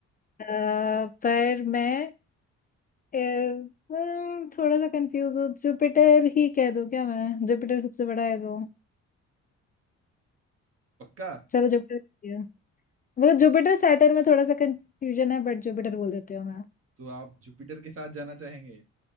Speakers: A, on the left; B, on the right.
A: अ, पर मैं अ, हम्म, थोड़ा सा कंफ्यूज हूँ जुपिटर ही कह दूँ क्या मैं जुपिटर सबसे बड़ा है तो
B: पक्का
A: चलो जुपिटर मतलब जुपिटर सैटर्न में थोड़ा सा कंफ्यूजन है बट जुपिटर बोल देती हूँ
B: तो आप जुपिटर के साथ जाना चाहेंगे